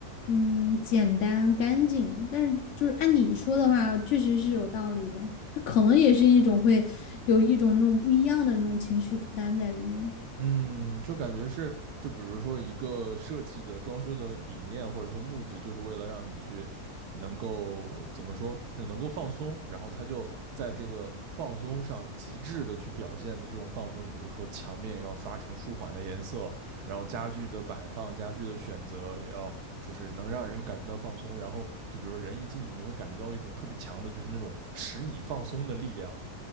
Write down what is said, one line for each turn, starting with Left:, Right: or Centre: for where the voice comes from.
Left: 嗯简单干净，但是就是按你说的话，确实是有道理的，它可能也是一种会有一种那种不一样的那种情绪负担在里面。
Right: 嗯，就感觉是，就比如说一个设计的装修的理念或者说目的，就是为了让你去能够怎么说，能够放松，然后他就在这个放松上极致的去表现的这种放松，你比如说墙面要刷成舒缓的颜色，然后家具的摆放、家具的选择也要说是能让人感觉到放松，然后就比如说人一进去，你会感觉到一种特别强的，就是那种使你放松的力量。